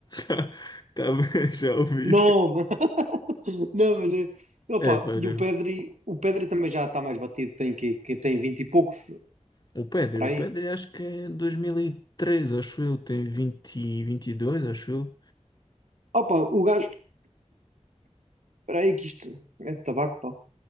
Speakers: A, on the left; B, on the right.
A: Tá, tá bem, <laughs> já ouvi.
B: nove. <laughs> Não, mas é- opa,
A: É, para.
B: e o Pedri, o Pedri também já está mais batido, tem que, que tem vinte e poucos,
A: O Pedri,
B: por aí.
A: o Pedri acho que é 2003, acho eu, tem 20, 22, acho eu.
B: Opa, o gajo, espera aí que isto é de tabaco, pá.